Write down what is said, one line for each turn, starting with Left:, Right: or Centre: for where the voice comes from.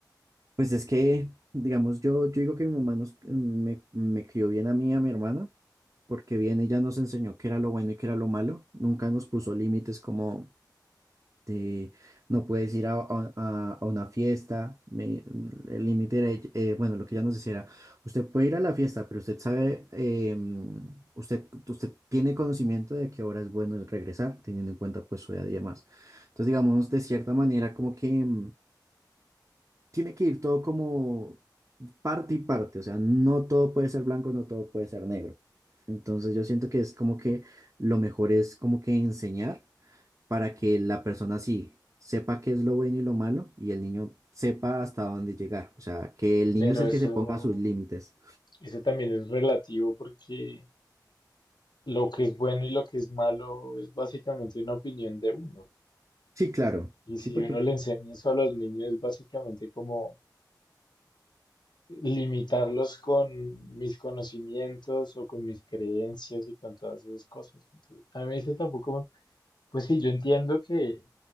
Right: pues es que, digamos, yo, yo digo que mi mamá nos, me, me crió bien a mí y a mi hermana, porque bien ella nos enseñó qué era lo bueno y qué era lo malo, nunca nos puso límites como... Este, no puedes ir a, a- a- a una fiesta. me- el límite era, eh, bueno, lo que ya nos decía era, usted puede ir a la fiesta, pero usted sabe, eh, mm, usted, usted tiene conocimiento de qué hora es bueno el regresar, teniendo en cuenta pues su edad y demás. Entonces, digamos, de cierta manera, como que mm, tiene que ir todo como parte y parte, o sea, no todo puede ser blanco, no todo puede ser negro. Entonces, yo siento que es como que lo mejor es como que enseñar para que la persona sí sepa qué es lo bueno y lo malo y el niño sepa hasta dónde llegar. O sea, que el niño
Left: Pero
Right: es el
Left: eso,
Right: que se ponga sus límites.
Left: eso también es relativo porque lo que es bueno y lo que es malo es básicamente una opinión de uno.
Right: Sí, claro.
Left: Y
Right: Sí,
Left: si
Right: porque
Left: uno le enseña eso a los niños, es básicamente como limitarlos con mis conocimientos o con mis creencias y con todas esas cosas. Entonces, a mí eso tampoco me- Pues sí, yo entiendo que,